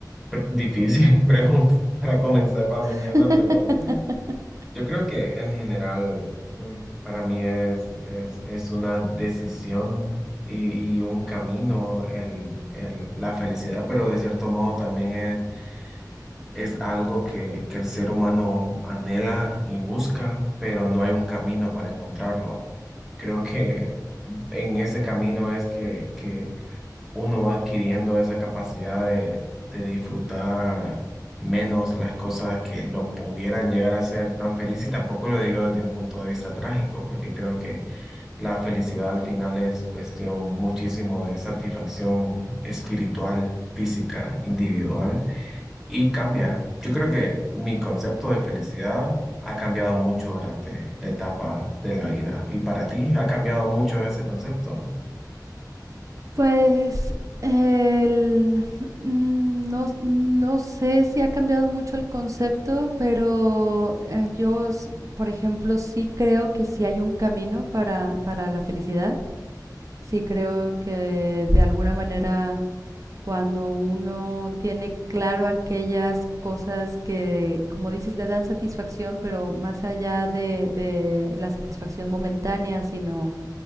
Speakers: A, in the centre; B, on the right (about 50°).
A: pre- difícil <laughs> pregunta para comenzar la
B: <laughs>
A: mañana, pero yo creo que en general mm, para mí es, es, es una decisión y, y un camino el, el- la felicidad, pero de cierto modo también es, es algo que, que el ser humano anhela y busca, pero no hay un camino para encontrarlo. Creo que en ese camino es que, que uno va adquiriendo esa capacidad de, de disfrutar menos las cosas que lo pudieran llegar a hacer tan feliz y tampoco lo digo desde un punto de vista trágico, porque creo que la felicidad al final es cuestión muchísimo de satisfacción espiritual, física, individual y cambia. Yo creo que mi concepto de felicidad ha cambiado mucho durante la etapa de la vida. ¿Y para ti ha cambiado mucho ese concepto?
B: Pues el, mm, no, no sé si ha cambiado mucho el concepto, pero eh, yo, s- por ejemplo, sí creo que sí hay un camino para, para la felicidad. Sí creo que de alguna manera cuando uno tiene claro aquellas cosas que, como dices, le dan satisfacción, pero más allá de, de la satisfacción momentánea, sino